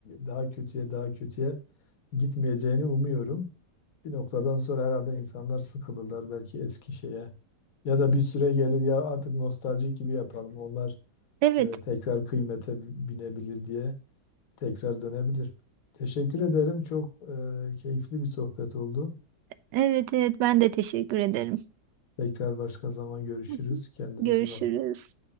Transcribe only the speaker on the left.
daha kötüye daha kötüye gitmeyeceğini umuyorum. Bir noktadan sonra herhalde insanlar sıkılırlar belki eski şeye. Ya da bir süre gelir ya artık nostaljik gibi yapalım. Onlar
e, tekrar kıymete binebilir diye tekrar dönebilir. Teşekkür ederim. Çok e, keyifli bir sohbet oldu.
Tekrar başka zaman görüşürüz.
Kendine
iyi bak.